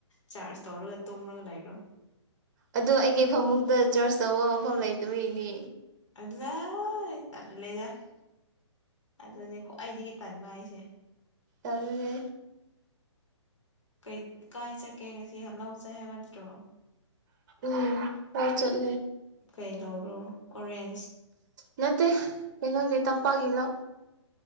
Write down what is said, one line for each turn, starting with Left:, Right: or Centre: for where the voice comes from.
Left: ꯆꯥꯔꯁ ꯇꯧꯔꯒ ꯇꯨꯝꯔꯒ ꯂꯩꯔꯣ
Right: ꯑꯗꯨ ꯑꯩꯒꯤ ꯐꯃꯨꯡꯗ ꯆꯔꯆ ꯇꯧꯕ ꯃꯐꯝ ꯂꯩꯇꯕꯒꯤꯅꯤ
Left: ꯑꯂꯣꯏ ꯇꯜꯂꯦꯗ ꯑꯗꯨꯅꯦ ꯈ꯭ꯋꯥꯏꯗꯒꯤ ꯇꯟꯕ ꯍꯥꯏꯁꯦ
Right: ꯇꯜꯂꯦ
Left: ꯀꯩ ꯀꯥꯏ ꯆꯠꯀꯦ ꯉꯁꯤ ꯍ ꯂꯧ ꯆꯍꯦ ꯍꯥꯏꯕ ꯅꯠꯇ꯭ꯔꯣ
Right: ꯎꯝ ꯍꯣꯏ ꯆꯠꯂꯦ
Left: ꯀꯩ ꯂꯧꯔꯣ ꯑꯣꯔꯦꯟꯖ
Right: ꯅꯠꯇꯦ ꯀꯩꯅꯣꯒꯤ ꯇꯝꯄꯥꯛꯀꯤ ꯂꯧ